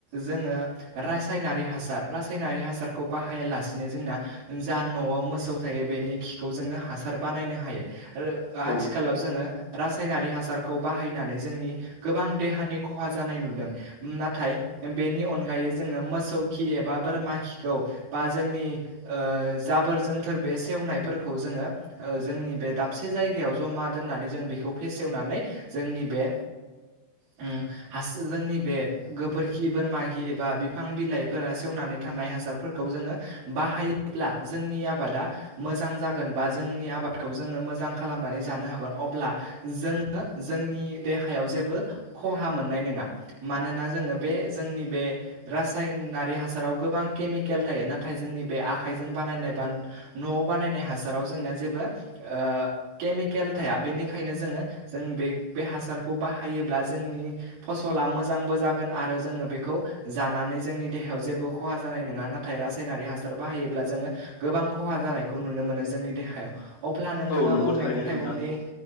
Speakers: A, on the right (about 70°); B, on the left (about 50°).
A: जोङो रासायनारि हासार रासायनारि हासारखौ बाहायालासेनो जोंना जा न'आव मोसौ था यो बेनि खिखौ जोङो हासार बानायनो हायो। रो आथिखालाव
B: औ
A: जोङो रासायनारि हासार खौ बाहायनानै जोंनि गोबां देहानि खहा जानाय नुदों। नाथाय बेनि अनगा यै जोङो मोसौ खि एबा बोरमा खिखौ बा जोंनि ओ जाबोर जोनथोर बे सेवनायफोरखौ जोङो ओ जोंनि बे दाबसे जायगायाव जमा दोननानै जों बेखौ फेसेवनानै जोंनि बे उम हास जोंनि बे गोबोरखि बोरमाखि ए बा बिफां बिलाइफोरा सेवनानै थानाय हासारफोरखौ जोङो बाहायोब्ला जोंनि आबादा मोजां जागोन बा जोंनि आबादखौ जोङो मोजां खालामनानै जानो हागोन। अब्ला जोङो जोंनि देहायाव जेबो खहा मोननाय नोङा। मानोना जोङो बे जोंनि बे रासायनारि हासाराव गोबां केमिकेल थायो नाथाय जोंनि बे आखाइजों बानायनाय बा न' न बानायनाय हासाराव जोंना जेबो ओ केमिकेल थाया। बेनिखायनो जोङो जों बे बे हासारखौ बाहायोब्ला जोंनि फसला मोजांबो जागोन आरो जोङो बेखौ जानानै जोंनि देहायाव जेबो खहा जानाय नोङा नाथाय रासायनारि हासार बाहायोब्ला जोङो गोबां खहा जा जानायखौ नुनो मोनो जोंनि देहायाव। अब्ला नोंथाङाबो
B: औ नंगौ
A: मैगं
B: थारैनो
A: थाइगंनि
B: नोंथां